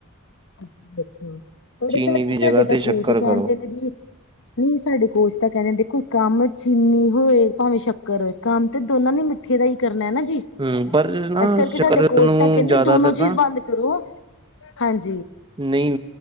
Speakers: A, on the left; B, on the right.
A: ਅੱ ਅੱਛਾ। ਪਰ
B: ਚੀਨੀ ਦੀ
A: ਸਾਡੇ
B: ਜਗ੍ਹਾ ਤੇ
A: ਤਾਂ
B: ਸ਼ੱਕਰ
A: ਕੋਚ ਕਹਿੰਦੇ
B: ਕਰੋ
A: ਨੇ ਜੀ। ਨਹੀਂ, ਸਾਡੇ ਕੋਚ ਤਾਂ ਕਹਿੰਦੇ ਦੇਖੋ, ਕੰਮ ਚੀਨੀ ਹੋਏ ਭਾਵੇਂ ਸ਼ੱਕਰ ਹੋਏ, ਕੰਮ ਤੇ ਦੋਨਾਂ ਨੇ ਮਿੱਠੇ ਦਾ ਹੀ ਕਰਨਾ ਹੈ ਜੀ।
B: ਹੂੰ ਪਰ ਨਾ
A: ਇਸ ਕਰਕੇ
B: ਸ਼ੱਕਰ
A: ਸਾਡੇ ਕੋਸਚ
B: ਨੂੰ
A: ਤਾਂ ਕਹਿੰਦੇ
B: ਜ਼ਿਆਦਾਤਰ
A: ਦੋਨੋ ਚੀਜ਼
B: ਨਾ
A: ਬੰਦ ਕਰੋ। ਹਾਂਜੀ।
B: ਨਹੀਂ,